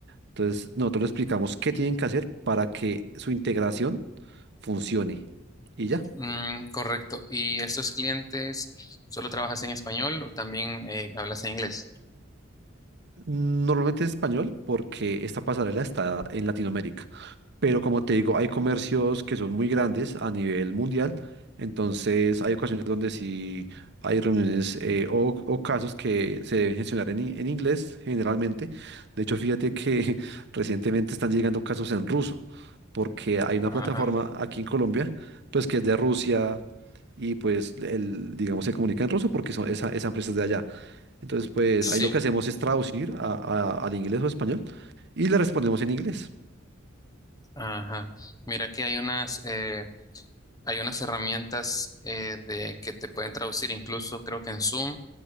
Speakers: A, on the right (about 60°); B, on the left (about 20°).
A: entonces, nosotros les explicamos qué tienen que hacer para que su integración funcione. Y ya.
B: Mm, correcto. ¿Y estos clientes solo trabajas en español o también eh, hablas en inglés?
A: Normalmente es español porque esta pasarela está en Latinoamérica. Pero como te digo, hay comercios que son muy grandes a nivel mundial, entonces hay ocasiones donde sí hay reuniones eh, o, o casos que se deben gestionar en, i- en inglés generalmente. De hecho, fíjate que <laughs> recientemente están llegando casos en ruso, porque hay una plataforma
B: Ajá.
A: aquí en Colombia, pues que es de Rusia y pues el, digamos se comunica en ruso porque son esa, esa empresa es de allá. Entonces, pues
B: Sí.
A: ahí lo que hacemos es traducir a- a- al inglés o español y le respondemos en inglés.
B: Ajá. Mira que hay unas, eh, hay unas herramientas eh, de, que te pueden traducir, incluso creo que en Zoom